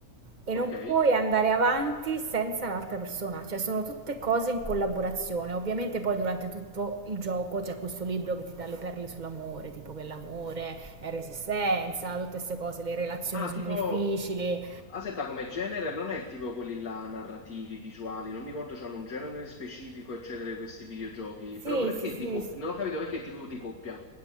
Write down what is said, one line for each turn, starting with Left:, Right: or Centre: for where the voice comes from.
Right: e
Left: ok.
Right: non puoi andare avanti senza l'altra persona, cioè sono tutte cose in collaborazione. Ovviamente poi durante tutto il gioco c'è questo libro che ti dà le perle sull'amore, tipo che l'amore è resistenza, tutte queste cose, le relazioni
Left: Ah,
Right: sono
Left: tipo...
Right: difficili.
Left: Aspetta, come genere non è tipo quelli là narrativi, visuali, non mi ricordo, c'hanno un genere specifico, eccetera, di questi videogiochi.
Right: Sì,
Left: Però perché
Right: sì, sì,
Left: di coppia? Non ho capito perché tipo di coppia.